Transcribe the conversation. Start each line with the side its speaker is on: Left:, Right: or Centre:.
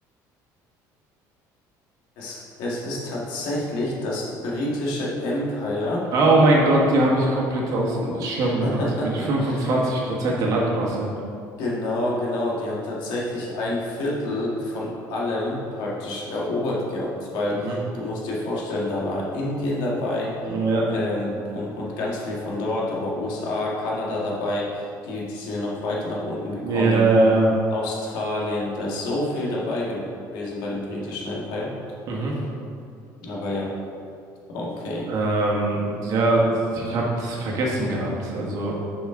Left: Es, es ist tatsächlich das britische Empire.
Right: Ah, Oh mein Gott, die habe ich komplett aus dem Schirm gehabt.
Left: <laughs>
Right: Mit 25 Prozent der Landmasse.
Left: Genau, genau. Die haben tatsächlich ein Viertel von allem praktisch erobert gehabt, weil
Right: Mhm.
Left: du musst dir vorstellen, da war Indien dabei,
Right: Ja.
Left: ähm, und, und ganz viel von dort, da war USA, Kanada dabei, die, die sind ja noch weiter nach unten gekommen,
Right: Ja.
Left: Australien, da ist so viel dabei gewesen bei dem britischen Empire.
Right: Mhm.
Left: Aber ja, okay.
Right: Ähm, ja, ich habe das vergessen gehabt. Also,